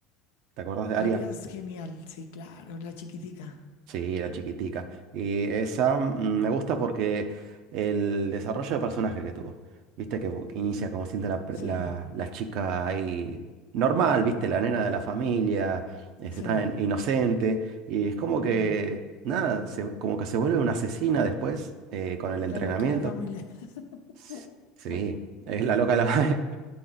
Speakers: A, on the right; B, on the left.
A: ¿Te acuerdas de
B: Arias,
A: Arya?
B: genial, sí, claro, la chiquitica.
A: Sí, la chiquitica. Y esa mm, me gusta porque el desarrollo de personaje que tuvo. Viste que bu- inicia como siendo la, pre-
B: Sí,
A: la- la chica ahí normal, viste, la nena de la familia, este,
B: sí.
A: tan inocente. Y es como que,
B: mm.
A: nada, se- como que se vuelve una asesina después eh, con el entrenamiento.
B: La loca de la familia. <laughs>
A: S- Sí, es la loca de la... <laughs>